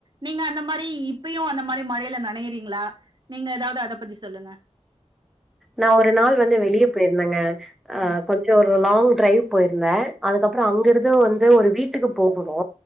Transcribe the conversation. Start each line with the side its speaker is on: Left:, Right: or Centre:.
Right: நீங்க அந்த மாரி இப்பயு அந்த மாரி மழைல நினைையறீங்களா நீங்க எதாவது அத பத்தி சொல்லுங்க
Centre: நா ஒரு நாள் வந்து வெளிய போயிருந்தேங்க ஆ
Right: ம்
Centre: கொஞ்சோ ஒரு லாங் டிரைவ் போயிருந்தே அதுக்கப்புற அங்கருந்து வந்து ஒரு வீட்டுக்கு போகணு